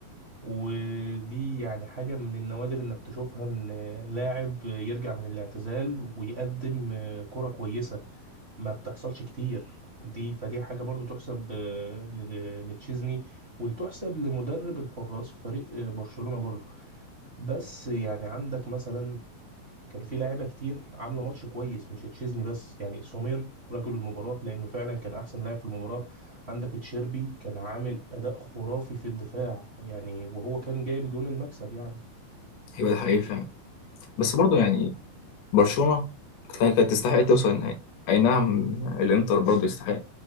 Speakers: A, on the right; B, on the left.
A: ودي يعني حاجة من النوادر انك تشوفها ان آه، لاعب آه، يرجع من الاعتزال ويقدم آه، كرة كويسة ما بتحصلش كتير دي فدي حاجة برضو تحسب آه، ل- لتشيزني وتحسب لمدرب الحراس في فريق آه، برشلونة برضو بس يعني عندك مثلا كان في لاعيبة كتير عاملة ماتش كويس مش تشيزني بس يعني سومير رجل المباراة لأنه فعلا كان أحسن لاعب في المباراة عندك تشيربي كان عامل أداء خرافي في الدفاع يعني وهو كان جايب جون المكسب يعني
B: هيبقى ده حقيقي فعلا بس برضه يعني برشلونة كانت كانت تستحق توصل النهائي أي نعم الإنتر برضه يستحق